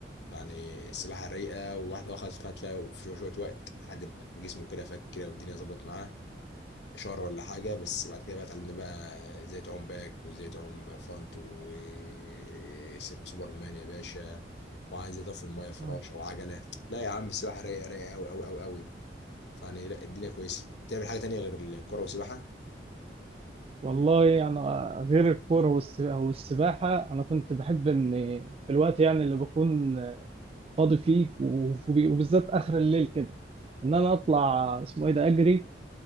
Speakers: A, on the left; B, on the right.
A: يعني السباحة رايقة وواحد اه خد خد فيها في شوية شوية وقت لحد ما جسمه كده فك كده والدنيا ظبطت معاه شهر ولا حاجة بس بعد كده بقى اتعلمنا بقى ازاي تعوم باك وازاي تعوم فرونت وسوبر مان يا باشا وعايز ازاي تقف في المية فراشة
B: نعم.
A: وعجلة لا يا عم السباحة رايقة رايقة أوي أوي أوي أوي فيعني لا الدنيا كويسة تعمل حاجة تانية غير الكورة والسباحة؟
B: والله انا غير الكوره والس- والسباحه انا كنت بحب ان في الوقت يعني اللي بكون فاضي فيه وب- وبالذات اخر الليل كده ان انا اطلع اسمه ايه ده اجري